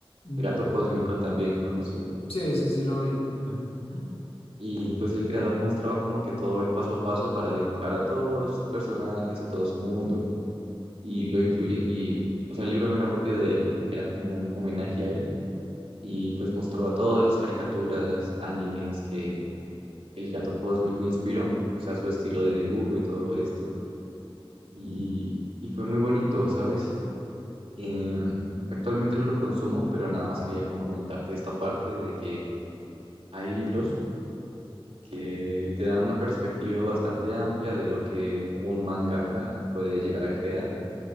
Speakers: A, on the left; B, on the right.
A: Mm,
B: El gato cósmico también conocido.
A: Sí, ese sí lo vi. <laughs>
B: Y pues el creador mostraba como que todo el paso a paso para dibujar a todos sus personajes, a todo su mundo. Y lo influye. Y, o sea, el libro no era propio de él, era como un homenaje a él. Y pues mostró a todas las caricaturas, animes que el gato cósmico inspiró, o sea, su estilo de dibujo y todo esto. Y, y fue muy bonito, ¿sabes? Em, actualmente no lo consumo, pero nada más quería como comentarte esta parte de que hay libros que te dan una perspectiva bastante amplia de lo que un mangaka puede llegar a crear,